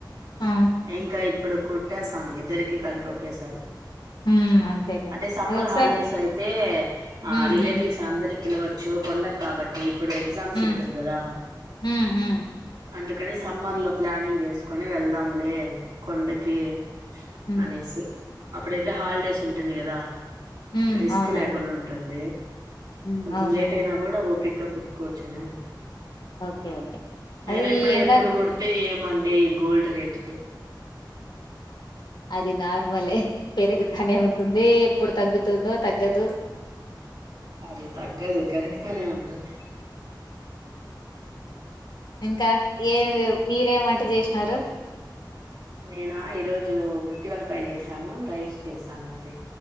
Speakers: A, on the left; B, on the right.
A: ఆ!
B: ఇంకా ఇప్పుడు కుట్టేసం ఇద్దరికి కలిపి ఒకేసారి
A: హ్మ్. అంతేలెండి.
B: అంటే సమ్మర్
A: అదొకసారి
B: హాలిడేస్ అయితే ఆ
A: హ్మ్.
B: రిలేటివ్స్
A: హ్మ్.
B: అందరి పిలవచ్చు కొండకు కాబట్టి ఇప్పుడు ఎగ్జామ్స్
A: హ్మ్.
B: ఉంటుంది కదా
A: హ్మ్. హ్మ్.
B: అందుకని సమ్మర్ లో ప్లానింగ్ చేసుకుని వెళ్దాం లే కొండకి
A: హ్మ్.
B: అనేసి అప్పుడైతే హాలిడేస్ ఉంటుంది కదా!
A: హ్మ్.
B: రిస్క్
A: అవునండి.
B: లేకుండా ఉంటుంది
A: హ్మ్.
B: కొంచెం
A: అవునవును.
B: లేట్ అయినా కూడా ఓపిగ్గా కుట్కోవచ్చనా
A: ఓకే. ఓకే. అదే
B: అయినా ఇప్పుడు
A: ఈ ఎండాక
B: ఎప్పుడు కుడితే ఏమండి ఈ గోల్డ్ రేట్ ఓకే.
A: అది నార్మలే, పెరుగుతానే ఉంటుంది. ఎప్పుడు తగ్గుతుందో తగ్గదు.
B: అది తగ్గాదు. కరీమీ తోనే ఉంటుంది.
A: ఇంకా, ఏమి మీరేమం టెట్ చేసినారు.
B: నేనా, ఈ రోజు గుత్తి వంకాయ చేసాను, రైస్ చేసాను అండి.